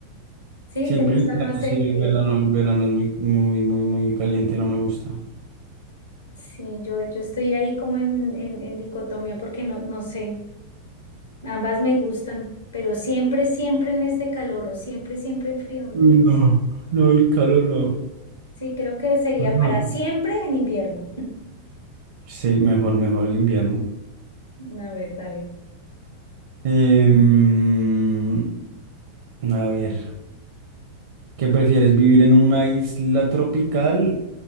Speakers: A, on the left; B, on the right.
A: Sí,
B: Siempre
A: ¿te gusta
B: en invierno,
A: más
B: sí,
A: el
B: el
A: frío?
B: verano, el verano es muy, muy, muy, muy caliente, no me gusta.
A: Sí, yo, yo estoy ahí como en, en, en dicotomía porque no, no sé, ambas me gustan, pero siempre, siempre en este calor o siempre, siempre en frío. no
B: Uy, no,
A: sé.
B: no, el calor no.
A: Sí, creo que sería
B: Calor.
A: para siempre en invierno.
B: Sí, mejor, mejor el invierno.
A: <laughs> A ver, dale.
B: Em, a ver, ¿qué prefieres, vivir en una isla tropical